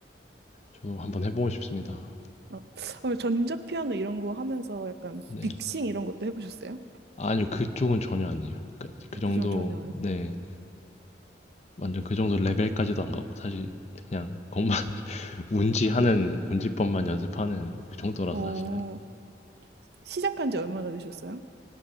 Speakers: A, on the left; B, on the right.
A: 저도 한번 해 보고 싶습니다.
B: 어, 어, 전자 피아노 이런 거 하면서 약간
A: 네.
B: 빅싱 이런 것도 해보셨어요?
A: 아니요. 그쪽은 전혀 아니에요. 그 그
B: 어,
A: 정도
B: 그중 전혀요.
A: 네. 완전 그 정도 레벨까지도 안 가고 사실 그냥 건만 <laughs> 운지 하는 운지법만 연습하는 그 정도라서
B: 어,
A: 사실은
B: 시작한 지 얼마나 되셨어요?